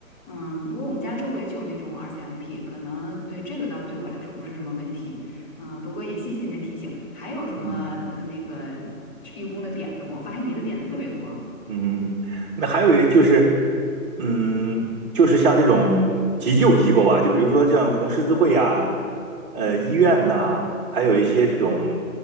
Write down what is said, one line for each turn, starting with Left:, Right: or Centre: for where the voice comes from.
Left: 嗯，不过我们家周围就有那种 RCMP，可能对这个倒对我来说不是什么问题，嗯，不过也谢谢你的提醒。还有什么呃那个
Right: 嗯。
Left: 义工的点子吗？我发现你的点子特别多。
Right: 嗯，那还有一就是，嗯，就是像这种急救机构啊，就比如说像红十字会呀、呃医院呐、还有一些这种，